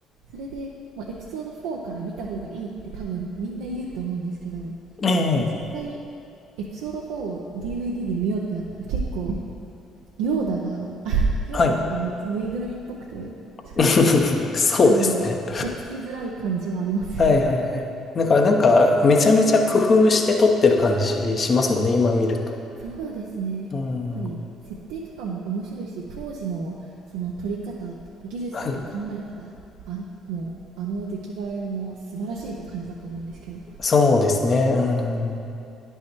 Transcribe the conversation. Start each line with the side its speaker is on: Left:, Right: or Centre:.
Right: それで、まあ、エピソード4から見た方がいいって多分みんな言うと思うんですけど、なんか
Left: ええ、
Right: 実際、エピソード4を DVD で見ようってなったら結構、ヨーダが <laughs>、ヨーダとかめっちゃぬいぐるみっぽくて、
Left: はい。
Right: ちょっと
Left: <laughs>
Right: <laughs>、
Left: そうですね。
Right: あの、とっつきづらい感じはありますよね。
Left: はいはいはい。だからなんか、めちゃめちゃ工夫して撮ってる感じしますもんね、今見ると。
Right: そうですね。やっぱり、
Left: うん。
Right: 設定とかも面白いし、当時のその撮り方技術とか考えたら、
Left: はい。
Right: あもう、あの出来栄えも素晴らしいって感じだと思うんですけど。
Left: そうですね。うん。